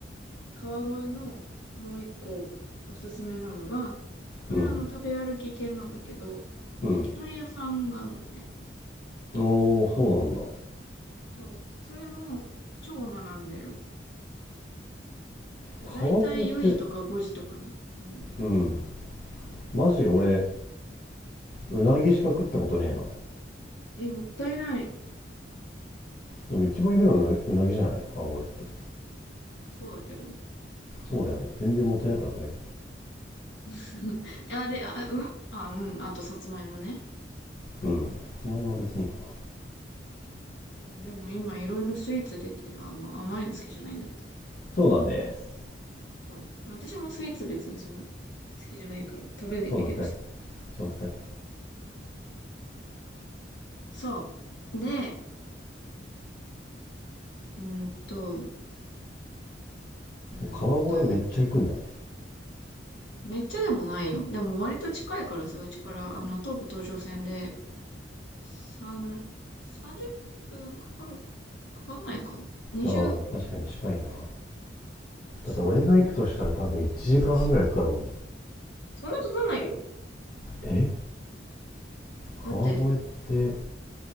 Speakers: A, on the left; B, on the left.
A: 川越のもう一個おすすめなのは、これはあの、
B: うん。
A: 食べ歩き系なんだけど、
B: うん。
A: 焼き鳥屋さんがあるのね。
B: おお、そうなんだ。
A: そう。それも、超並んでる。で、
B: 川越って、
A: だいたい4時とか5時とかに、うん、
B: うん。マジ俺、
A: 売り切れる。
B: うなぎしか食ったことねえな。
A: え、もったいない。
B: でも一番有名なのうなぎじゃないの川越って。
A: もうそうだけど。
B: そうだよね。全然もったいなくなくね
A: <laughs> いや、で、あ、うんあ、うん。あと、さつまいもね。
B: うん。さつまいもは別にいいかな。
A: うんでも今いろいろスイーツ出てる。あ、まあ甘いの好きじゃないんだって。そうだ。
B: そうなんです。
A: そう。私もスイーツ別にそんな好きじゃないから食べないんだけどさ。
B: そうなんかい。そうなんかい。
A: そう。で、うーんと、うーんと、
B: 川越めっちゃ行くんだね。
A: めっちゃでもないよ。でも割と近いからさ、うちから、あの、東武東上線で、三30分かかるか、かかんないか。20、
B: ああ、確かに近いな。だ
A: そう。
B: って俺が行くとしたら多分1時間半ぐらいかかるもん。
A: そんなかかんないよ。
B: え川越って、
A: だって、